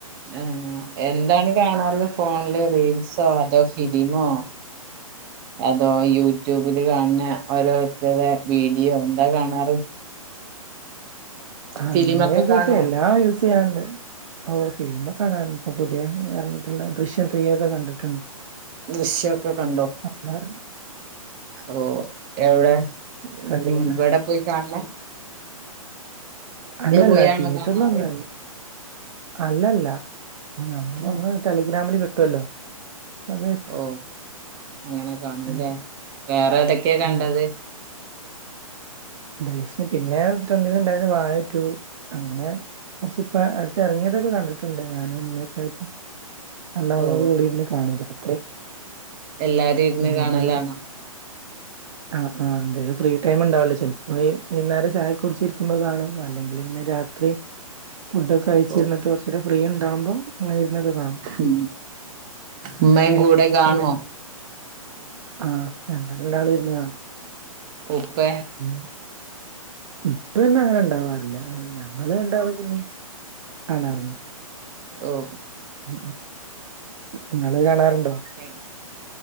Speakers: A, on the right; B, on the right.
A: ആഹ് എന്താണ് കാണാറുള്ളത് ഫോണില് റീൽസോ അതോ ഫിലിമോ? അതോ യൂട്യൂബില് കാണണേ ഓരോരുത്തര്ടെ വീഡിയോ എന്താ കാണാറ്?
B: അങ്ങനെ
A: ഫിലിമൊക്കെ
B: ചോയ്ച്ചാ
A: കാണോ
B: എല്ലാം യൂസ് ചെയ്യാണ്ട്. ഓ ഫിലിമെക്കെ കാണാറൊണ്ട് ഇപ്പൊ പുതിയതായി എറങ്ങിട്ടുള്ള ദൃശ്യം ത്രീയൊക്കെ കണ്ടിട്ടൊണ്ട്.
A: ദൃശ്യൊക്കെ കണ്ടോ?
B: എന്നാ പറഞ്ഞ്?
A: ഓ എവടെ
B: ട്രെൻഡിങ്ങില്
A: ഉം ഇവെടെ പോയി കാൺണോ?
B: അല്ല അല്ല.
A: പോയാണോ
B: തീയേറ്ററിലൊന്നല്ല.
A: കാണാറ്
B: അല്ല അല്ല അത്
A: ഓ
B: നമ്മള് ടെലിഗ്രാമില് കിട്ടുവല്ലോ. അത്
A: ഓ അങ്ങനെ കാണൂല്ലേ
B: ഉം
A: വേറെ ഏതൊക്കെയാ കണ്ടത്?
B: ഉം ദൃശ്യം പിന്നെ ട്രെഡിങ് ഉണ്ടായിന്ന വാഴാ റ്റു അങ്ങനെ കൊറച്ചിപ്പ അടുത്ത് ഇറങ്ങിയതൊക്കെ കണ്ടിട്ടൊണ്ട് ഞാനും ഉമ്മയൊക്കെയായിട്ട്. എല്ലാളോളോം
A: ഓ
B: കൂടിയിരുന്ന് കാണും രാത്രി.
A: എല്ലാരും ഇരുന്ന്
B: ഇതേപ്പോലെ.
A: കാണലാണോ
B: ആഹ് ആഹ് എന്തേലും ഫ്രീ ടൈം ഒണ്ടാവെല്ലോ ചെലു പോയി വൈന്നാരം ചായെക്കെ കുടിച്ചിരിക്കുമ്പോ കാണും. അല്ലെങ്കില് പിന്നെ രാത്രി ഫുഡെക്ക്. കഴിച്ചിരുന്നിട്ട്
A: ഓ
B: കൊറെച്ചൂടി ഫ്രീണ്ടാവുമ്പോ, അങ്ങനെയിരുന്നൊക്കെ കാണും.
A: ഉം ഉമ്മായും കൂടെ കാണുവോ?
B: ഉം ആഹ്, ഞങ്ങരാണ്ടാള് ഇരുന്നു കാണും.
A: ഇപ്പേ
B: ഉം ഇപ്പേന്നും അങ്ങനെ ഒണ്ടാവാറില്ല. ഞങ്ങെള് ഒണ്ടാതെ പിന്നെ കാണാറൊണ്ട്.
A: ഓഹോ
B: ഉം ഉം ഇങ്ങെള് കാണാറൊണ്ടോ?
A: ഏഹ്,